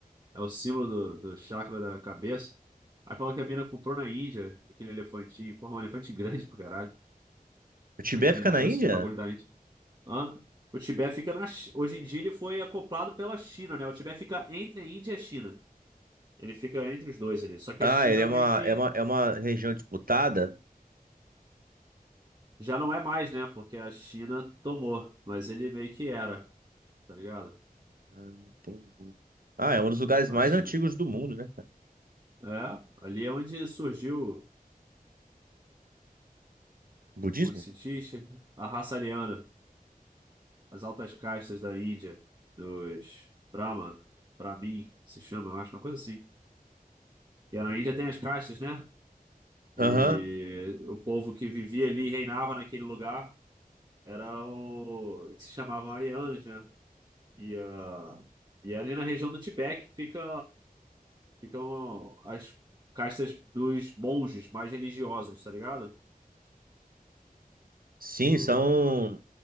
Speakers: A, on the right; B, on the right.
A: é o símbolo do, do chakra da cabeça. Aí falando que a mina comprou na Índia aquele elefantinho. Porra, um elefante grande pro caralho.
B: O Tibete
A: Como é que a mina
B: fica na
A: trouxe
B: Índia?
A: aquele bagulho da Índia? Hã? O Tibete fica na. Chi- Hoje em dia ele foi acoplado pela China, né? O Tibete fica entre a Índia e a China. Ele fica entre os dois ali. Só que
B: Ah,
A: a China
B: ele é uma,
A: meio que
B: é uma, é uma região disputada?
A: já não é mais, né? Porque a China tomou. Mas ele meio que era, tá ligado?
B: Ah, entendi. Ah, é um dos lugares
A: A
B: mais
A: China.
B: antigos do mundo, né, cara?
A: É, ali é onde surgiu.
B: Budismo?
A: Os cientistas, a raça ariana, as altas castas da Índia, dos Brahman, Brahmin, se chama, eu acho, uma coisa assim. E na Índia tem as castas, né? E
B: Aham.
A: o povo que vivia ali, e reinava naquele lugar, era o que se chamavam arianos, né? E, ah, e ali na região do Tibete fica, ficam as castas dos monges mais religiosos, tá ligado?
B: Sim,
A: Do,
B: são.